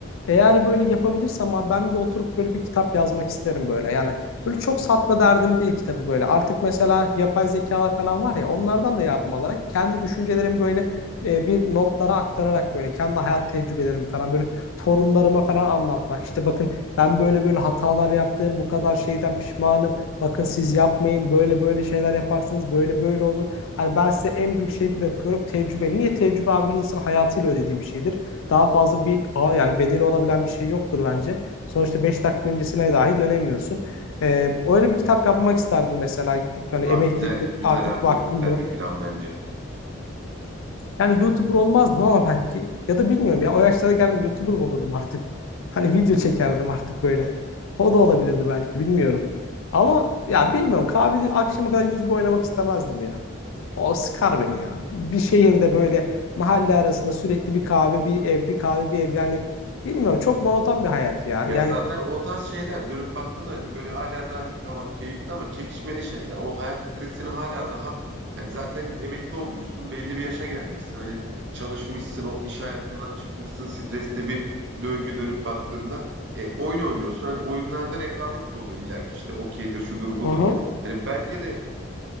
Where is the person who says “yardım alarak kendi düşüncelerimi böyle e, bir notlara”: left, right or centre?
Left